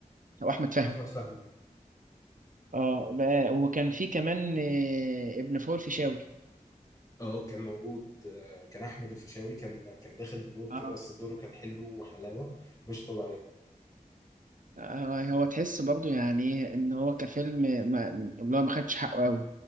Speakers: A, on the right; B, on the left.
A: واحمد فهمي
B: واحمد فهمي
A: اه بقى- وكان في كمان آه، ابن فول فيشاوي
B: اه كان موجود آه، كان احمد الفيشاوي كان كان داخل بدور كده
A: اه
B: بس دوره كان حلو وحلاوه مش طبيعيه
A: آه، هو تحس برضو يعني إيه ان هو كفيلم ما اللي هو ما خدش حقه قوي